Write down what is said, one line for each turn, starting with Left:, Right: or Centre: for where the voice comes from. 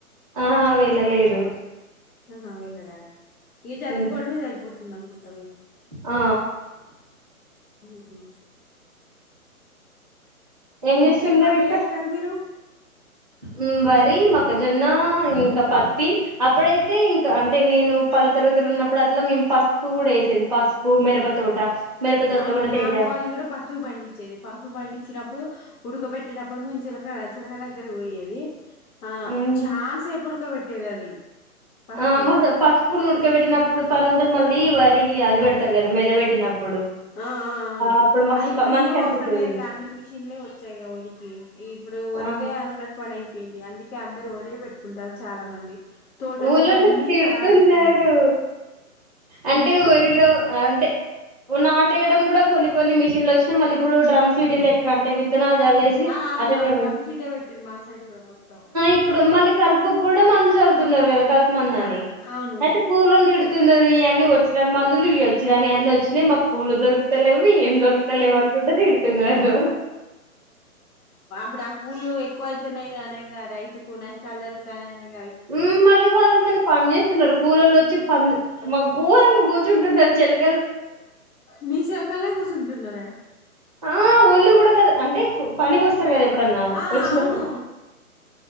Right: ఆహా వీళ్ళ లేదు
Left: అహా వెళ్ళరా ఇగ చదువుకోవడమే
Right: ఉహు
Left: సరిపోతుంది అనుకుంట
Right: ఆ
Left: <inaudible>
Right: ఏం చేస్తుండరు
Left: ఇంకేం పంటలు ఏస్తారు మీరు
Right: ఉం వరి మొక్కజొన్న ఇంక పత్తి అప్పుడైతే ఇంక అంటే నేను పదో తరగతిలో ఉన్నప్పుడు అట్లా మేము పసుపు కూడా వేసేది పసుపు పూ మిరప తోట మిరప తోటలో
Left: అవును
Right: కూడా
Left: మా
Right: తేజ
Left: అమ్మ వాళ్ళు కూడా పసుపు పండిచ్చేది పసుపు పండిచ్చినప్పుడు ఉడక పెట్టేటప్పుడు మేం చిర చిలక చిలక దగ్గర పోయేది ఆ
Right: మ్
Left: చాసేపు ఉడకబ పెట్టేది అది పసుపును
Right: ఆ పసుపును ఉడికబెట్టినప్పుడు పని ఉంటది మళ్ళీ వరి అది పెడతారు కదా మెద పెట్టినప్పుడు
Left: ఆ అవును
Right: అప్పుడు మస్తు
Left: అ ఇప్పుడు
Right: మంచిగా
Left: ఏం
Right: అనిపిస్తది
Left: అవసరం లేదుగా అన్ని మిషన్లే వచ్చాయి వరికి ఈ ఇప్పుడు ఒరిదే
Right: ఆ
Left: అలకట్ పని అయిపోయింది అందుకే అందరు ఒరియే పెట్టుకుంటారు చాలా మంది తోటలు
Right: ఊళల్లో
Left: కూడా అన్ని
Right: తిడుతున్నారు
Left: ఖరాబ్ అయిపోయినాయి
Right: అంటే
Left: ఎందుకు
Right: ఊరిలో అంటే నాటేఏయడం కూడా కొన్ని కొన్ని మిషన్లు ఒచ్చినై మళ్ళీ ఇప్పుడు డ్రమ్స్ సిడీ లెక్క అంటే విత్ విత్తనాలు చల్లేసి
Left: ఆ అవును
Right: అతను
Left: డ్రమ్ సీడే పెట్టిరు మా సైడ్ కూడా మొత్తం
Right: ఇప్పుడు ఆ మళ్ళీ కలుపు కూడా మందు చల్తున్నారు కదా కలుపు మంద
Left: ఆ
Right: అని
Left: అవును
Right: అయితే కూలోళ్ళు తిడు తున్నారు ఇయన్ని వచ్చినరాని మందులు ఇవి ఒచ్చినాని అన్ని ఒచ్చినై మాకు కూళ్ళు దొరుకుతలేవు వి ఏం దొరుకుతలేవ అనుకుంట తిడుతున్నారు.
Left: ఇప్పుడు ఆ కూళ్ళలు ఎక్కువ ఆయుతున్నాయిగా అనే గా రైతుకు నష్టాలు జరుగుతాయినే గా
Right: ఉమ్ వాళ్ళు ఏమన్నా పని చేస్తున్నారా కూలోల్లు వచ్చి ప మ ఘోరంగా కూర్చుంటున్నారు చెలి
Left: మీ సోకల్నే గుసున్ టున్నారే
Right: ఆ ఒళ్లు ఇప్పుడు గాదు అంటే పనికి వస్తారు కదా ఎప్పుడన్నా
Left: ఆ
Right: వచ్చినప్పుడు.
Left: అవును